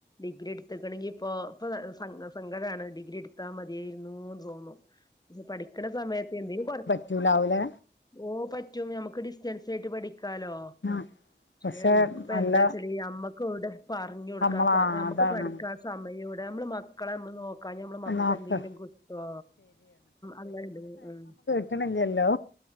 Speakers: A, on the left (about 20°); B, on the left (about 85°).
A: ഡിഗ്രി എട്ത്ത്ക്ക്ണങ്കി ഇപ്പോ ഇപ്പ സങ്കടാണ് ഡിഗ്രി എട്ത്താ മത്യോയിരുന്നെന്ന് തോന്നും. പഠിക്ക്ണ സമയത്ത് എന്തേലും കൊർ
B: ണ്ടാവുല്ലേ
A: ഓ പറ്റും നമുക്ക് ഡിസ്റ്റൻസായിട്ട് പഠിക്കാലോ.
B: ആഹ് പക്ഷെ
A: ഏ ഇൻക്ക് ഇപ്പൊ
B: നല്ല
A: എന്താ ചെയ്യ ഞമ്മക്ക്വ്ടെ പർഞ്ഞൊട്ക്കാ
B: നമ്മളാ
A: സമ ഞമ്മക്ക്
B: അതാണ്
A: പഠിക്കാൻ സമയൊ വ്‌ ടെ നമ്മള് മക്കളെ നമ്മള് നോ ക്കാഞ്ഞ നമ്മളെ മക്കൾക്ക്
B: നോക്ക്
A: എന്തെങ്കിലും കിട്ടോ അങ്ങനെണ്ട് ഉം.
B: കിട്ട്ണില്ലല്ലോ.